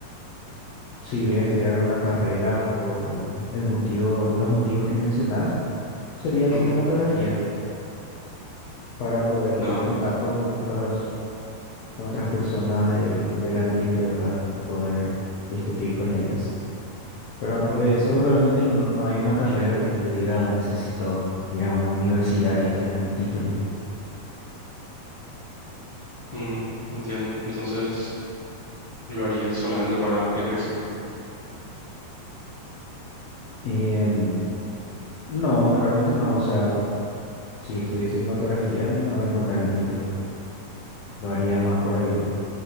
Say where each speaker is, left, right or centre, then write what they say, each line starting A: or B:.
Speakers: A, on the left (about 85°); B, on the left (about 65°).
A: si voy a estudiar una carrera por el motivo, los motivos que mencionas, sería
B: Ujú.
A: cinematografía para poder
B: No,
A: tener contacto con otras con otras personas del, del ambiente, ¿verdad? Y poder discutir con ellas. Pero aparte de eso, realmente no, no hay una carrera que yo diga necesito ir a una universidad y tener un título.
B: Ujú. Entiendo. Entonces lo harías solamente para ejercer.
A: En- no, realmente no. O sea, si estudio cinematografía no me va a importar el título. Lo haría más por el